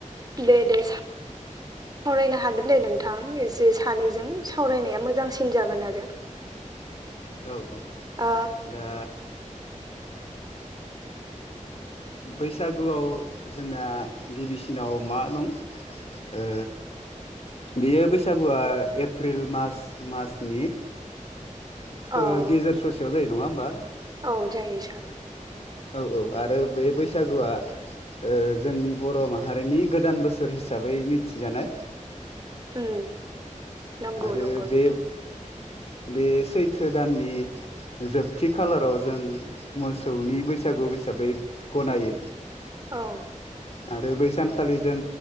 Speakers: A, on the right; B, on the left.
A: दे दे <inaudible> सावरायनो हागोन दे नोंथां एसे सानैजों सावरायनाया मोजांसिन जागोन आरो।
B: औ औ।
A: ओ
B: दा बैसागुआव जोंना गिबिसिनाव मा दं ओ बेयो बैसागुआ एप्रिल मास मासनि
A: औ
B: फो गेजेर ससेयाव जायो। नङा होमबा?
A: औ जायो सार।
B: औ औ आरो बे बैसागुआ ओ जोंनि बर' माहारिनि गोदान बोसोर हिसाबै मिथिजानाय
A: उम नंगौ
B: आरो
A: नंगौ
B: बे
A: नोंथां।
B: बे सैथो दाननि जोबथि खालाराव जों मोसौनि बैसागु हिसाबै गनायो।
A: औ
B: आरो बै सानखालि जों